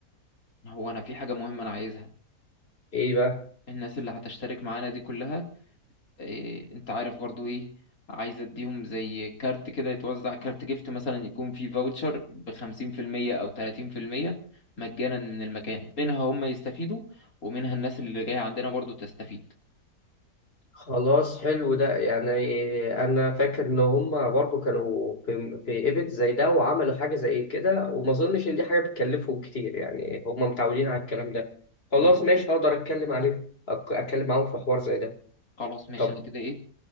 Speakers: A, on the left; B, on the left.
A: هو أنا في حاجة مهمة أنا عايزها
B: ايه بقى
A: الناس اللي هتشترك معانا دي كلها إيه انت عارف برضو ايه عايز اديهم زي كارت كده يتوزع كارت جيفت مثلا يكون فيه فاوتشر بخمسين في المية او تلاتين في المية مجانا من المكان منها هم يستفيدوا ومنها الناس اللي جاية عندنا برضو تستفيد
B: خلاص حلو ده يعني انا فاكر ان هما برضو كانوا في في ايفنت زي ده وعملوا حاجه زي كده وما اظنش ان دي حاجه بتكلفهم كتير يعني هما متعودين على الكلام ده خلاص
A: بالظبط
B: ماشي هقدر اتكلم عليه أك- اتكلم معاهم في حوار زي ده
A: خلاص ماشي
B: طب
A: انا كده ايه